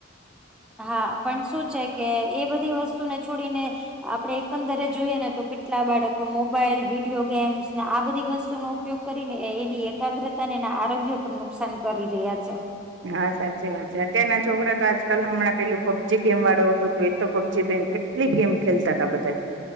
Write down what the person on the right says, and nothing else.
હા સાચી વાત છે અત્યારના છોકરા તો આજકાલ હમણાં પેલું પબજી ગેમ વાળો હતું હતું એ તો પબજી ગેમ કેટલી ગેમ ખેલતા હતા બધા